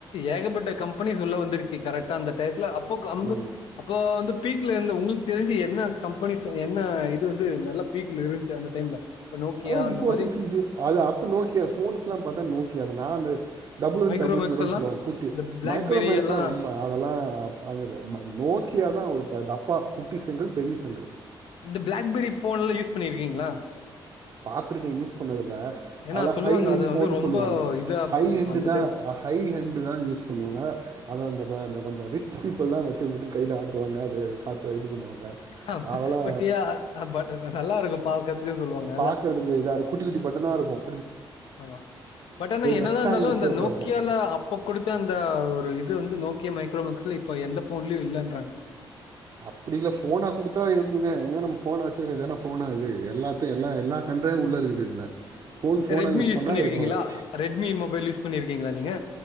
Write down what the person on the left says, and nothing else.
ஏகப்பட்ட கம்பெனிஸ் உள்ள வந்துருக்கு கரெக்டா அந்த டயத்ல அப்போ
அப்ப வந்து பீக்ல இருந்து ஒங்களுக்கு தெரிஞ்சு என்ன கம்பெனிஸ் என்ன இது வந்து நல்ல பீக்ல இருச்சு அந்த டைம்ல இப்ப நோக்கியா
அந்த மாரி
மைக்ரோமேக்ஸ்
எல்லா
இந்த பிளாக்பெரி
எல்லா
இந்த பிளாக்பெரி போன் எல்லா யூஸ் பண்ணியிருக்கீங்களா
ஏன்னா
சொல்லுவாங்க
அது வந்து
ரொம்ப
இதா
ப-
அந்த
டைம்
ஆமா
குட்டியா பட் நல்லா இருக்கும் பாக்கறதுக்கு சொல்லுவாங்க அதா
ஆமா பட் ஆனா என்னதா
இருந்தாலு இந்த
நோக்கியால
அப்ப கொடுத்த அந்த ஒரு இது து வந்து நோக்கியோ மைக்ரோமக்ஸ்ல இப்ப எந்த போன்லியு இல்லன்ற
ரெட்மி
பண்ணிருக்கீங்களா
ரெட்மி மொபைல் யூஸ் பண்ணிருக்கீங்களா நீங்க